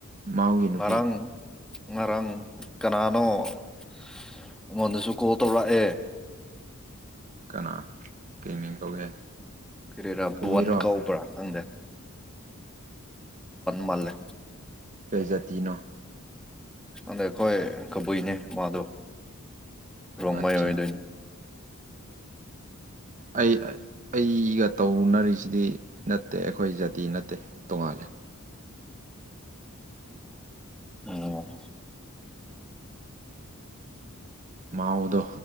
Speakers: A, on the right (about 35°); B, in the centre.
A: ꯃꯥꯎꯒꯤ ꯅꯨꯄꯤ
B: ꯃꯔꯥꯡ ꯃꯔꯥꯡ ꯀꯅꯥꯅꯣ ꯑꯩꯉꯣꯟꯗꯁꯨ ꯀꯣꯜ ꯇꯧꯔꯛꯑꯦ
A: ꯀꯅꯥ ꯀꯩꯃꯤꯡ ꯀꯧꯒꯦ
B: ꯀꯦꯔꯦꯔꯥ
A: ꯀꯕꯨꯏꯔꯣ
B: ꯋꯥꯟꯒꯥꯎꯕ꯭ꯔꯥ ꯑꯪꯗ ꯃꯥꯜꯂꯦ
A: ꯀꯩꯖꯥꯇꯤꯅꯣ
B: ꯑꯗ ꯑꯩꯈꯣꯏ ꯀꯕꯨꯏꯅꯦ ꯃꯥꯗꯣ ꯔꯣꯡꯃꯩ
A: ꯑꯠꯆꯥ
B: ꯑꯣꯏꯗꯣꯏꯅꯦ
A: ꯑꯩ ꯑꯩꯒ ꯇꯧꯅꯔꯤꯁꯤꯗꯤ ꯅꯠꯇꯦ ꯑꯩꯈꯣꯏ ꯖꯥꯇꯤ ꯅꯠꯇꯦ ꯇꯣꯉꯥꯂꯦ
B: ꯑꯣꯝ
A: ꯃꯥꯎꯗꯣ